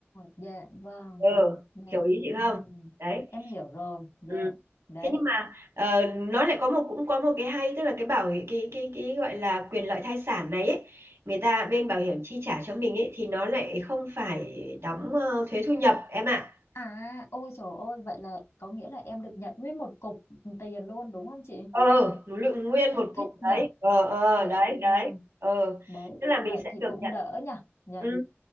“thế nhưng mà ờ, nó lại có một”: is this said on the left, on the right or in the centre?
Right